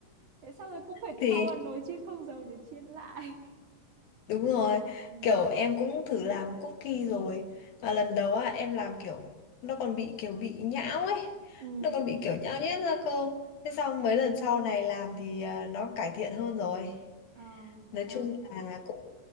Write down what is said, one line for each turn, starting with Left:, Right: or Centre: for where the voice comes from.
Right: thế sau rồi cũng phải
Left: Thì
Right: cho vào nồi chiên không dầu để chiên lại
Left: Đúng rồi,
Right: Ừ.
Left: kiểu
Right: <laughs>
Left: em cũng thử làm cookie rồi Và lần đầu á em làm kiểu Nó còn bị kiểu bị nhão ấy
Right: ừ
Left: Nó còn bị kiểu nhão nhét ra cơ Thế xong mấy lần sau này làm thì à, nó cải thiện hơn rồi
Right: ờ
Left: Nói
Right: ờ
Left: chung là cũng